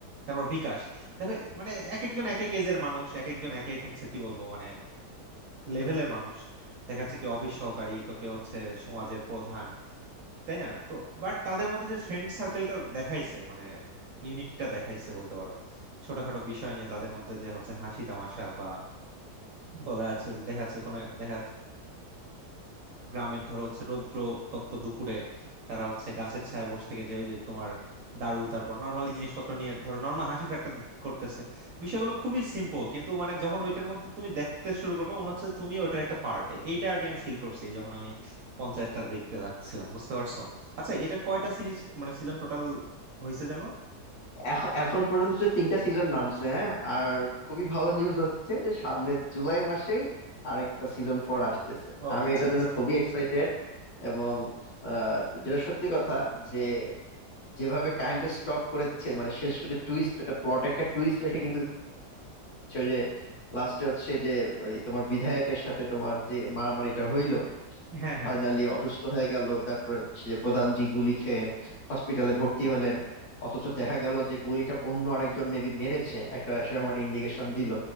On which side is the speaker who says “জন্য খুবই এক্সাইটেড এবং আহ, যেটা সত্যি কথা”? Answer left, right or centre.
Left